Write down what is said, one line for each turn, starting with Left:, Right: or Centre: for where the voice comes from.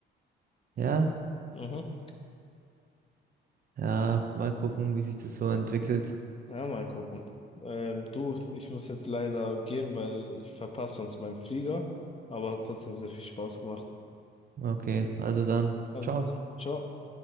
Right: ja,
Left: Mhm.
Right: ja, mal gucken, wie sich das so entwickelt.
Left: Ja, mal gucken. Ähm, du, ich muss jetzt leider gehen, weil ich verpasse sonst meinen Flieger, aber hat trotzdem sehr viel Spaß gemacht.
Right: Okay, also dann,
Left: Also
Right: ciao.
Left: dann, ciao.